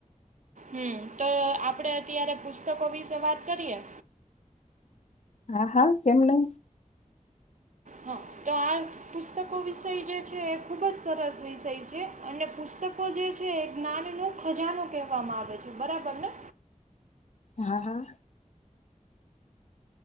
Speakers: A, on the right (about 65°); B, on the left (about 60°).
A: હમ, તો આપડે અત્યારે પુસ્તકો વિશે વાત કરીએ.
B: હા, હા, કેમ નહીં!
A: હા, તો આ પુસ્તકો વિષય જે છે, એ ખુબ જ સરસ વિષય છે. અને પુસ્તકો જે છે એ જ્ઞાનનો ખજાનો કહેવામાં આવે છે, બરાબર ને?
B: હા, હા.